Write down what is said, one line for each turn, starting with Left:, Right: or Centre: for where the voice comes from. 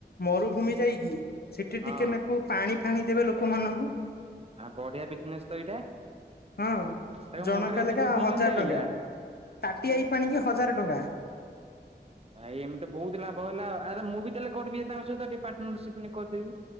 Left: ମରୁଭୂମି ଯାଇକି ସେଠି ଟିକେ
Right: ଆଉ
Left: ନାକୁ ପାଣି ଫାଣି ଦେବେ ଲୋକମାନଙ୍କୁ।
Right: ବଢିଆ ବିଜନେସ ତ ଏଇଟା।
Left: ହଁ
Right: ତାଙ୍କ
Left: ଜଣକା
Right: ମୁଣ୍ଡରେ ଏତେ
Left: ଲେଖା
Right: ବୁଦ୍ଧି
Left: ହଜାର
Right: କେମିତି ଆଇଲା?
Left: ଟଙ୍କା। ତାଟିଆଇ ପାଣିକି ହଜାର ଟଙ୍କା।
Right: ଭାଇ ଏମିତି ବହୁତ ଲାଭ ହେଲା। ଆରେ ମୁଁ ବି ତାହେଲେ କରିବି ତାଙ୍କ ସହିତ ଟିକେ ପାର୍ଟନର ସିପିନ କରିପାରିବି।